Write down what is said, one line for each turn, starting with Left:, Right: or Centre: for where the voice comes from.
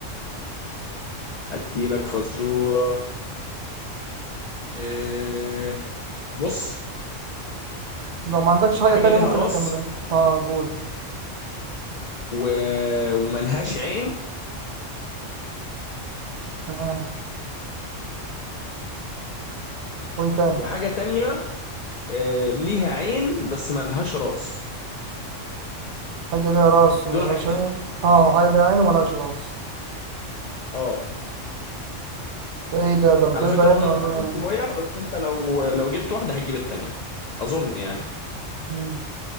Left: ادي لك فزورة إيه بص
Right: لو ما عندكش حاجة
Left: حاجة
Right: تانية
Left: ليها
Right: ممكن
Left: راس
Right: اكملها اه قول
Left: و... وملهاش عين
Right: تمام وايه تاني
Left: وحاجة تانية إيه ليها عين بس ملهاش راس
Right: حاجة ليها راس ولا
Left: دول حاجتين
Right: شيء اه حاجة ليها عين ولاش راس
Left: اه
Right: ده ايه ده ده البيضة
Left: على فكرة
Right: يعني
Left: هم
Right: ولا
Left: صعبين
Right: ايه
Left: شوية بس انت لو لو جبت واحدة هتجيب التانية اظن يعني
Right: مم.